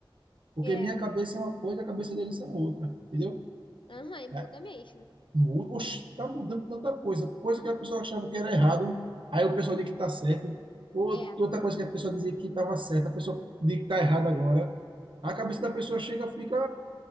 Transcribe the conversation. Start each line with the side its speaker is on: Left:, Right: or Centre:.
Right: Porque
Left: É.
Right: minha cabeça é uma coisa, a cabeça deles é outra. Entendeu?
Left: Aham, e muda
Right: É,
Left: mesmo.
Right: muda. Oxe, tá mudando tanta coisa. Coisa que a pessoa achava que era errado, aí o pessoal diz que tá certo. Outra
Left: É.
Right: outra coisa que a pessoa dizia que estava certa, a pessoa diz que tá errado agora. A cabeça da pessoa chega, fica.